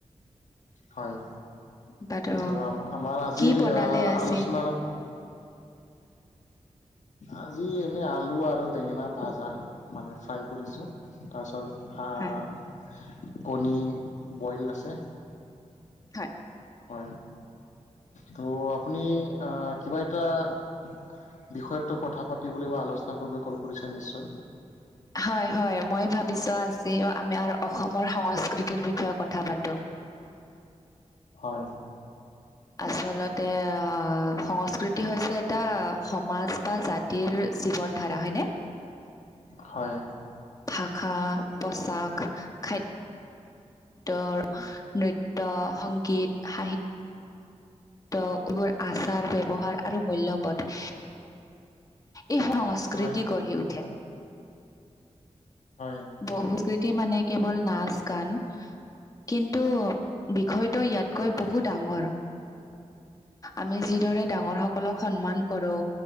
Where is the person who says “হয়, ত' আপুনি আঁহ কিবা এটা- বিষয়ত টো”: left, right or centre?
Left